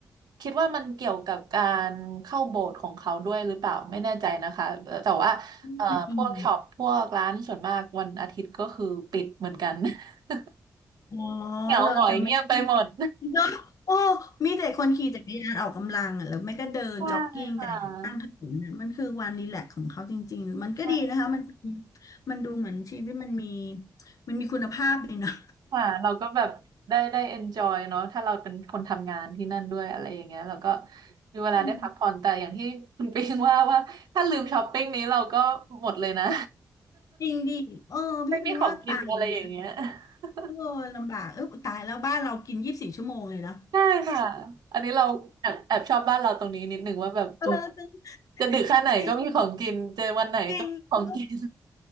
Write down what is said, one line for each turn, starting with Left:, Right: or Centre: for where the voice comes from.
Right: คิดว่ามันเกี่ยวกับการเข้าโบสถ์ของเขาด้วยหรือเปล่าไม่แน่ใจนะคะเอ่อแต่ว่าเอ่อพวกช็อปพวกร้านส่วนมากวันอาทิตย์ก็คือปิดเหมือนกัน
Left: อม
Right: <laughs>
Left: อ๋อ
Right: เหงาหงอยเงียบไปหมด
Left: เราจะไม่เนาะโอ้มีแต่คนขี่จักรยานออกกำลังอ่ะแล้วไม่ก็เดินจ็อกกิ้งกันข้างถนนนะมันคือวันรีแลกซ์ของเขาจริงๆมันก็ดีนะคะมันเป็น
Right: ใช่ค่ะใช่
Left: มันดูเหมือนชีวิตมันมีมันมีคุณภาพดีนะ
Right: ค่ะเราก็แบบได้ได้ enjoy เนอะถ้าเราเป็นคนทำงานที่นั่นด้วยอะไรอย่างเงี้ยเราก็มีเวลาได้พักผ่อนแต่อย่างที่คุณปิงว่าว่าถ้าลืมช้อปปิ้งนี้เราก็หมดเลยนะ
Left: อืมจริงดิเออพี่พิงว่าตาย
Right: ไม่มีของกินอะไรอย่างเงี้ย <laughs>
Left: เออลำบากเออตายแล้วบ้านเรากินยี่สิบสี่ชั่วโมงเลยนะ
Right: ใช่ค่ะอันนี้เราแอบแอบชอบบ้านเราตรงนี้นิดนึงว่าแบบเออ
Left: <laughs> เออ
Right: จะดึกแค่ไหนก็มีของกินเจอวันไหนก็มีของกิน
Left: จริงจริงด้วย